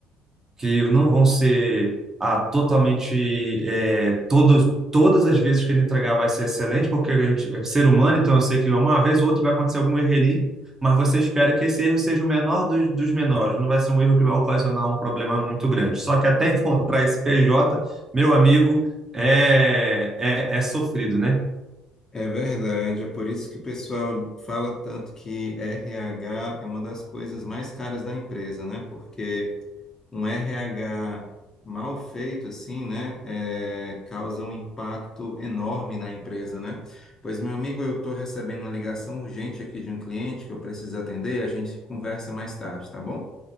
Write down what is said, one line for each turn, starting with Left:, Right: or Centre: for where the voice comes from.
Right: que não vão ser ah, totalmente é, todos, todas as vezes que ele entregar vai ser excelente, porque a gente é ser humano, então eu sei que uma vez ou outra vai acontecer algum erro ali, mas você espera que esse erro seja o menor dos, dos menores, não vai ser um erro que vai ocasionar um problema muito grande. Só que até encontrar esse PJ, meu amigo, é, é, é sofrido, né?
Left: É verdade, é por isso que o pessoal fala tanto que RH é uma das coisas mais caras da empresa, né? Porque um RH mal feito, assim, né, é, causa um impacto enorme na empresa, né? Pois, meu amigo, eu estou recebendo uma ligação urgente aqui de um cliente que eu preciso atender e a gente conversa mais tarde, tá bom?